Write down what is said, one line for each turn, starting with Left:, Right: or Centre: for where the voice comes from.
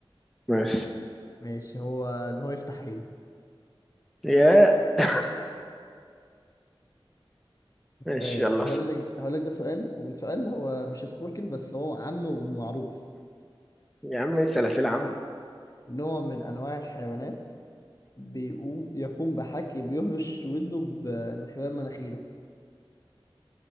Centre: ماشي
Left: ماشي هو إن هو يفتح عينه
Centre: يا <laughs> ماشي
Left: طيب
Centre: يلا
Left: هقول
Centre: اسأل.
Left: لك هقول لك ده سؤال وسؤال هو مش سبوركل بس هو عام ومعروف
Centre: يا عم اسأل أسئلة عامة
Left: نوع من أنواع الحيوانات بيقوم يقوم بحكي بيهرش ودنه ب- من خلال مناخيره